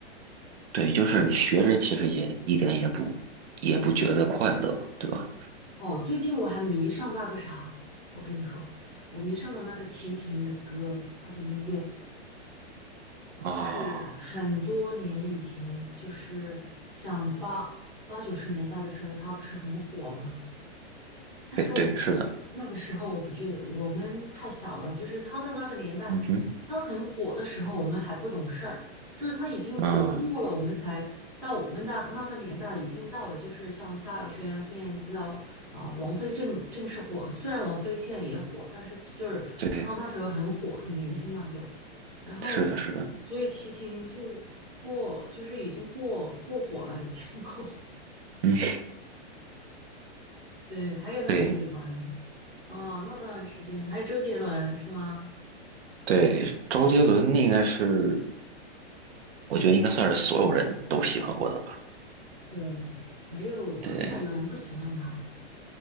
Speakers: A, on the right (about 65°); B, in the centre.
A: 对，就是学着其实也一点也不也不觉得快乐嘛，对吧？
B: 哦，最近我还迷上那个啥，我跟你说，我迷上了那个齐秦的歌，他的音乐。
A: 啊、
B: 就是很多年以前，就是像八八九十年代的时候，它不是很火吗？但是我不
A: 对对，是的，
B: 那个时候我不觉得我们太小了，就是他的那个年代，
A: 嗯哼，
B: 他很火的时候，我们还不懂事儿，就是他已经火过了，
A: 嗯，
B: 我们才到我们的那个年代，已经到了就是像萧亚轩、孙燕姿啊啊、王菲正正式火，虽然王菲现在也火，但是就是她那时候很火，
A: 对，
B: 很年轻嘛就，然后
A: 是的，是的，
B: 所以齐秦就过就是已经过过火了，已经 <laughs> 过火了，
A: 嗯，
B: 对，还有那个李玟。
A: 对
B: 啊，那段时间还有周杰伦是吗？
A: 对，周杰伦应该是，我觉得应该算是所有人都喜欢过的吧。
B: 对，没有，
A: 对，
B: 很少有人不喜欢他，